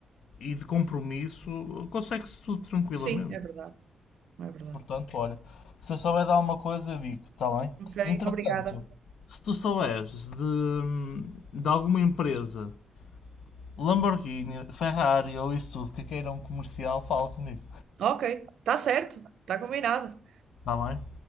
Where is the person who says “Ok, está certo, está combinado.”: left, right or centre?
Right